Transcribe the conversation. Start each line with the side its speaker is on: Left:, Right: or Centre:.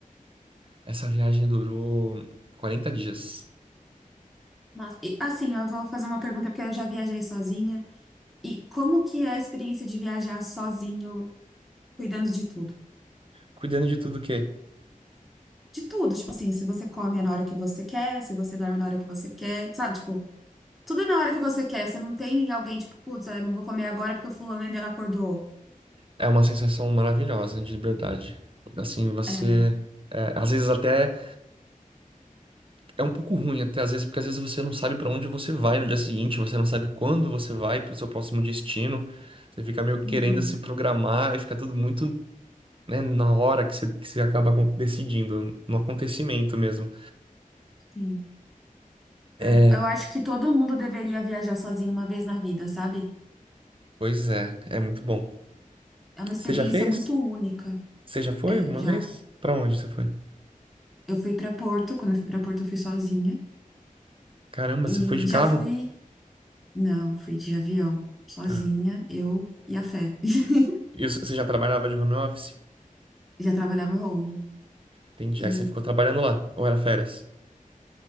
Right: Essa viagem durou 40 dias.
Centre: Nossa, e, assim, eu vou fazer uma pergunta porque eu já viajei sozinha. E como que é a experiência de viajar sozinho, cuidando de tudo?
Right: Cuidando de tudo o quê?
Centre: De tudo, tipo assim, se você come é na hora que você quer, se você dorme na hora que você quer, sabe? Tipo, tudo é na hora que você quer. Você não tem alguém, tipo, putz, eu não vou comer agora porque o fulano ainda não acordou.
Right: É uma sensação maravilhosa de liberdade. Assim, você.
Centre: É, né?
Right: é, às vezes até é um pouco ruim, até às vezes, porque às vezes você não sabe para onde você vai no dia seguinte, você não sabe quando você vai para o seu próximo destino. Você fica meio querendo
Centre: Uhum,
Right: se programar e fica tudo muito, né, na hora que você, que você acaba acon- decidindo, no acontecimento mesmo.
Centre: sim.
Right: É,
Centre: É, eu acho que todo mundo deveria viajar sozinho uma vez na vida, sabe?
Right: pois é, é muito bom.
Centre: É uma experiência
Right: Você já fez?
Centre: muito única.
Right: Você já foi
Centre: É,
Right: alguma
Centre: já.
Right: vez? Para onde você foi?
Centre: Eu fui pra Porto, quando eu fui pra Porto eu fui sozinha.
Right: Caramba,
Centre: E
Right: você foi de carro?
Centre: já fui. Não, fui de avião, sozinha,
Right: Ah.
Centre: eu e a Fé. <laughs>
Right: E você você já trabalhava de home office?
Centre: Já trabalhava home.
Right: Entendi.
Centre: E
Right: Aí você ficou trabalhando lá, ou era férias?